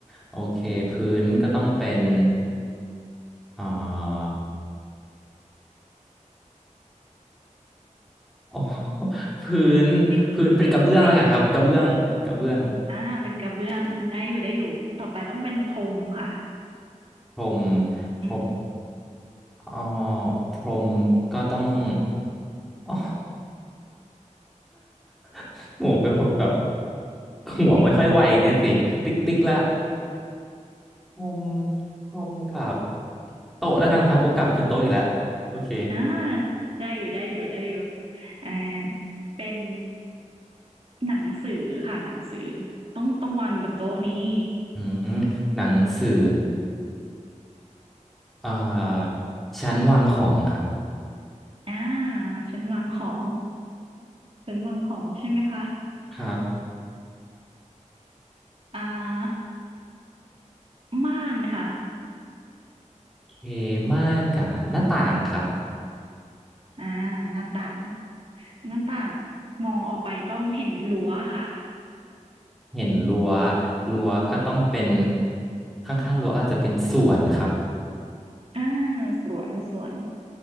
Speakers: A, in the centre; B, on the right (about 50°).
A: โอเคพื้นก็ต้องเป็นอ่าโอ้ <laughs> พื้นพื้นเป็นกระเบื้องแล้วกันครับกระเบื้องกระเบื้อง
B: ติ๊กติ๊กติ๊ก <laughs> อาเป็นกระเบื้องได้อยู่ได้อยู่ต่อไปต้องเป็นพรมค่ะ
A: พรม
B: อืม
A: พรมอ๋อพรมก็ต้อง <laughs> อ๋อ <laughs> โหเป็นคนแบบหัวไม่ค่อยไวเนี่ยสิติ๊กติ๊กละ
B: ติ๊กติ๊ก
A: พรมพรมกับโต๊ะแล้วกันครับโอ้กลับไปเป็นโต๊ะอีกแล้วโอเค
B: อาได้อยู่ได้อยู่ได้อยู่อ่าเป็นหนังสือค่ะหนังสือต้องต้องวางอยู่บนโต๊ะนี้
A: อืมหนังสืออ่าชั้นวางของครับ
B: อาฉันวางของฉันวางของใช่ไหมคะ
A: ครับ
B: อ่าม่านค่ะ
A: โอเคม่านกับหน้าต่างครับ
B: อ่าหน้าต่างหน้าต่างมองออกไปต้องเห็นรั้วค่ะ
A: เห็นรั้วรั้วก็ต้องเป็นข้างๆรั้วอาจจะเป็นสวนครับ
B: อ่าสวนสวน